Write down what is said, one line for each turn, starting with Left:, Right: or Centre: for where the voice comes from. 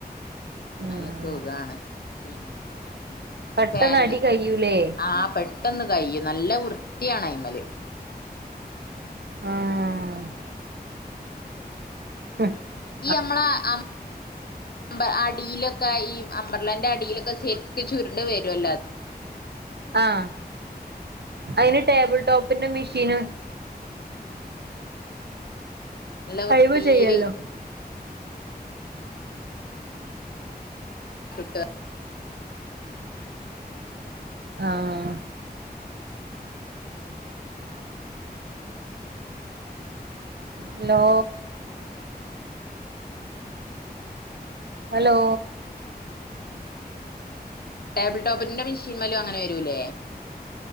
Right: ഉം
Left: നല്ല സുഖാണ് പിന്നെ
Right: പെട്ടെന്ന്
Left: പാന്റ്
Right: അടി കയ്യൂലേ
Left: ആ പ ട്ടെന്ന് കയ്യും നല്ല വൃത്തിയാണ് അയിമല്.
Right: ആഹ. ഹ്
Left: ഈയമ്മള അ മ്പർ അടിയിലൊക്കെ ഈ അമ്പർലാന്റെ അടിയിലൊക്കെ ശെര്ക്ക് ചുരുണ്ട് വരുല്ലോ
Right: ആഹ അയിന് ടേബിൾ ടോപ്പിന്റെ മിഷീന്
Left: നല്ല വൃത്തീല്.
Right: അയിമ ചെയ്യല്ലോ
Left: കിട്ട
Right: ആഹ. ഹലോ. ഹലോ.
Left: ടേബിൾ ടോപ്പിന്റെ മെഷീന്മേലും അങ്ങനെ വെരൂലേ.